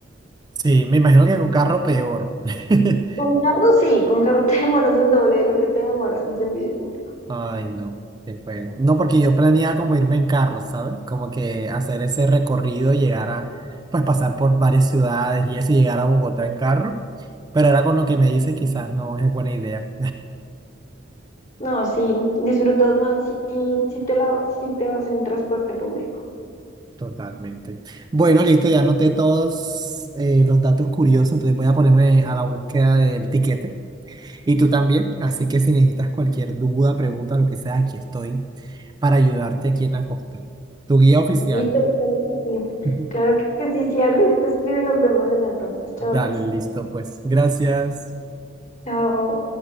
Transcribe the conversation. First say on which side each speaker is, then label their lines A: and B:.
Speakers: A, on the right; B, on the left.
A: Sí, me imagino que con carro peor. <laughs>
B: Con carro sí, con carro te <laughs> demoras el doble de lo que te demoras en servicio público.
A: Ay, no, qué feo. No, porque yo planeaba como irme en carro, ¿sabes? Como que hacer ese recorrido, llegar a, pues pasar por varias ciudades y eso, y llegar a Bogotá en carro. Pero ahora con lo que me dice, quizás no es buena idea.
B: No, sí, disfrutas más si, si te la, si te vas en transporte público.
A: Totalmente. Bueno, listo, ya anoté todos eh, los datos curiosos, entonces voy a ponerme a la búsqueda del tiquete. Y tú también, así que si necesitas cualquier duda, pregunta, lo que sea, aquí estoy para ayudarte aquí en la costa. Tu guía oficial.
B: Listo, claro que sí.
A: <laughs>
B: Claro que sí, si algo yo te escribo y nos vemos allá entonces. Chao,
A: Dale,
B: pues.
A: listo, pues. Gracias.
B: Chao.